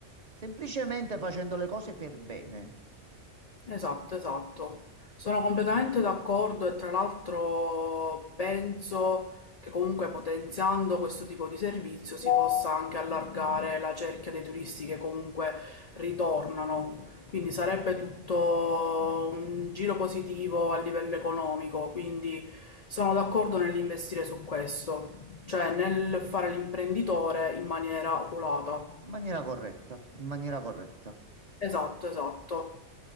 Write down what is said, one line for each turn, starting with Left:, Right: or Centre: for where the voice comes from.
Right: Semplicemente facendo le cose per bene.
Left: Esatto, esatto. Sono completamente d'accordo e tra l'altro penso che comunque potenziando questo tipo di servizio si possa anche allargare la cerchia dei turisti che comunque ritornano. Quindi sarebbe tutto un giro positivo a livello economico, quindi sono d'accordo nell'investire su questo, cioè nel fare l'imprenditore in maniera oculata.
Right: In maniera corretta, in maniera corretta.
Left: Esatto, esatto.